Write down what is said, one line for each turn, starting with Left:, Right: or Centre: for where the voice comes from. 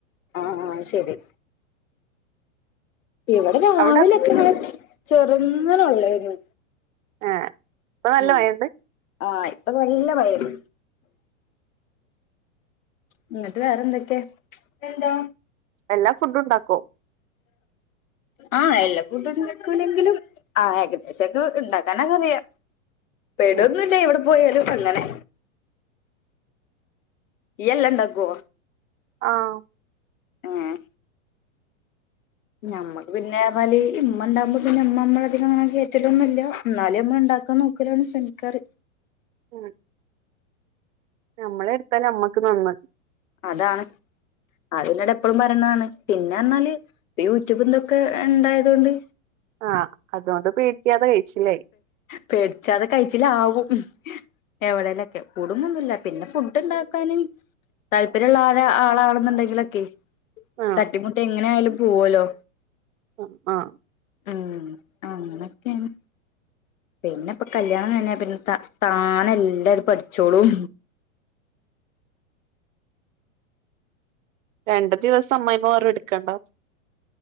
Left: ആഹ് ആ യ്ശരി ഇവിടെ
Right: അവിടെ
Left: <unintelligible> ചെറുങ്ങന ഉള്ളായിരുന്നു
Right: ആഹ് ഇപ്പൊ നല്ല
Left: ഉം
Right: മയണ്ട്
Left: ആഹ് ഇപ്പൊ നല്ല മഴണ്ട് എന്നങ്ങട്ട് വേറെന്തൊക്കെ എന്തോ
Right: എല്ലാ ഫുഡ്ണ്ടാക്കോ
Left: ആഹ് എല്ലാ ഫുഡുണ്ടാക്കൂല്ലെങ്കിലും ആഹ് ഏകദേശൊക്കെ ഇണ്ടാക്കാനക്കെ അറിയ പെടൊന്നുല്ല
Right: ഉം
Left: എവിടെ പോയാലും അങ്ങനെ ഇയ്യ് എല്ലണ്ടാക്കോ
Right: ആഹ്
Left: ഏഹ് ഞമ്മക്ക് പിന്നേറ്ഞ്ഞാല് ഇമ്മ ഇണ്ടാവുമ്പോ പിന്നെ ഇമ്മ നമ്മളധികങ്ങനെ കേറ്റെലൊന്നുല്ല ഇന്നാലും നമ്മള് ഇണ്ടാക്കാൻ നോ ക്കലാണ് ശ്രമിക്കാറ്
Right: ഉം നമ്മളെട്ത്താല് നമ്മക്ക് നന്ന്
Left: അതാണ് അത് ഇന്നോട് എപ്പളും പറീണാണ് പിന്നെറ്ഞ്ഞാല് ഇപ്പ യൂട്യൂബ് ഇതൊക്കെ ഇണ്ടായതോണ്ട്
Right: ആഹ് അതോണ്ട് പേടിക്കാതെ കഴിച്ചിലായി
Left: പേടിച്ചാതെ കഴിച്ചിലാവും എവിടെേലൊക്കെ കൂട്ങ്ങോന്നുല്ല പിന്നെ ഫുഡ് ഇണ്ടാക്കാനും താല്പര്യള്ളരാ ആളാണ്ന്ന്ണ്ടെങ്കിലൊക്കെ
Right: ആഹ്
Left: തട്ടിമുട്ടി എങ്ങനെയാലും പോവല്ലോ
Right: ഉം ആഹ്
Left: ഉം അങ്ങനൊക്ക്യാണ് പിന്നെപ്പ കല്യാണം കഴിഞ്ഞ പിന്നെ ത താനെ എല്ലാണ്ട് പഠിച്ചോളും
Right: രണ്ട് ദിവസം അമ്മമായിമ്മ പറിം ഇട്ക്കണ്ടാന്ന്